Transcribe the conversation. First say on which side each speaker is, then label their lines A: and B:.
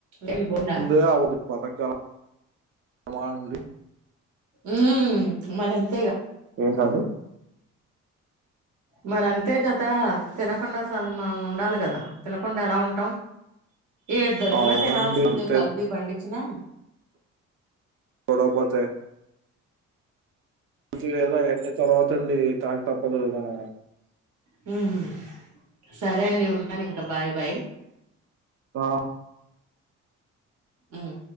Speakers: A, on the right; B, on the right.
A: ఏమి బోండా
B: దే అవదు బతగలం. మా అండి
A: ఉమ్ మరింత
B: ఏంది అండి
A: మరి అంతే కదా తినకుండా అసలు మనం ఉండాలి కదా తినకుండా ఎలా ఉంటాం ఏది దొరికిన
B: అవునండి
A: తినాల్సిందే
B: అంతే
A: కల్తీ పండించిన
B: గొడవ పంచాయి లేదు అయన్నీ తర్వాత అండి తినక తప్పదు మన
A: హ్మ్ సరే అండి ఉంటాను ఇంకా బాయ్ బాయ్
B: ఆ
A: హ్మ్